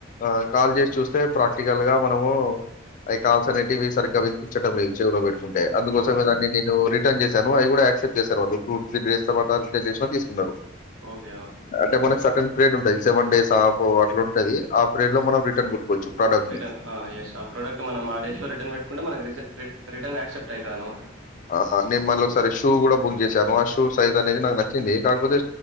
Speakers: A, on the left; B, on the right.
A: ఆ కాల్ చేసి చూస్తే ప్రాక్టికల్ గా మనము అవి కాల్స్ అనేటివి సరిగ్గా వినిపించడం లేదు చెవులో పెట్టుకుంటే అందుకోసమే
B: ఓకే.
A: దాన్ని నేను రిన్ చేశను అవి కూడా క్సెప్ట్ చేశారు వాళ్ళ టూ త్రీ డేస్ త రిన్ చేసిన తీసుకున్నారు
B: ఓకే. అవును.
A: అంటే పన స ప్లేట్ ఉుది సెవె డస్ హాఫ్ అట్లా ఉంటది ఆ ప్రేట్ లో మనం రిటర్న్ గొట్టుకోవచ్చు ప్రోడక్ట్‌ని.
B: రిటర్న్ ఎస్ ఆ ప్రోడక్ట్ మనం ఆ డేస్ లో రిటర్న్ పెట్టుకుంటే మన రీస ర రటర్న్ ఆక్సెప్ట్వుయితు అన్నమాట
A: ఆ నేను మళ్ళీ ఒకసారి షూ కూడా బుక్ చేశాను ఆ షూ సైజ్ అనేది నాకు నచ్చింది కాకపోతే